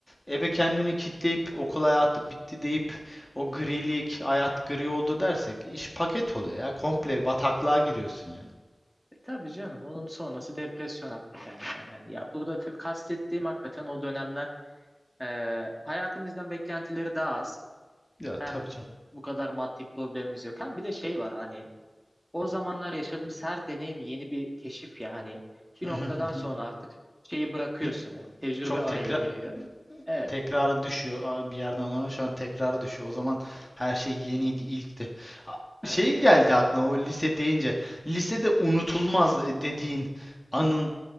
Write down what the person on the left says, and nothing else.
eve kendini kitleyip okul hayatı bitti deyip o grilik, hayat gri oldu dersek iş paket oluyor ya. Komple bataklığa giriyorsun yani.
Ya
tabii canım.
<laughs>
Hi-
Çok
tekrar
Tekrara düşüyor Aa, bir yerden sonra şu an tekrara düşüyor. O zaman her şey yeniydi, ilkti. A-
Şey
geldi aklıma o lise deyince. Lisede unutulmaz e, dediğin anın